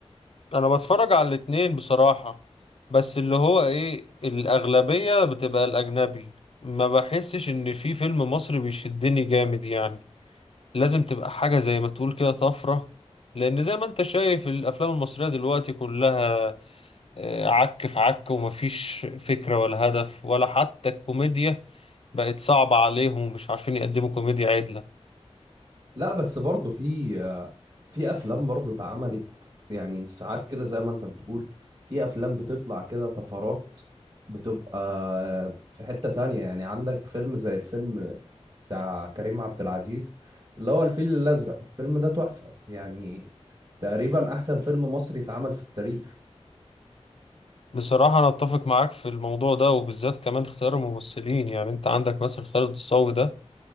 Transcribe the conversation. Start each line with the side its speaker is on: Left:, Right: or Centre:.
Left: أنا بتفرج على الاتنين بصراحة بس اللي هو إيه الأغلبية بتبقى الأجنبي ما بحسش إن في فيلم مصري بيشدني جامد يعني لازم تبقى حاجة زي ما تقول كده طفرة لأن زي ما أنت شايف الأفلام المصرية دلوقتي كلها آه، عك في عك ومفيش فكرة ولا هدف ولا حتى الكوميديا بقت صعبة عليهم ومش عارفين يقدموا كوميديا عدلة
Right: لا بس برضه في آه، في أفلام برضه اتعملت يعني ساعات كده زي ما أنت بتقول في أفلام بتطلع كده طفرات بتبقى آه، في حتة تانية يعني عندك فيلم زي الفيلم بتاع كريم عبد العزيز اللي هو الفيل الأزرق الفيلم ده تحفة يعني تقريبا أحسن فيلم مصري اتعمل في التاريخ
Left: بصراحة أنا أتفق معاك في الموضوع ده وبالذات كمان اختيار الممثلين يعني أنت عندك مثلا خالد الصاوي ده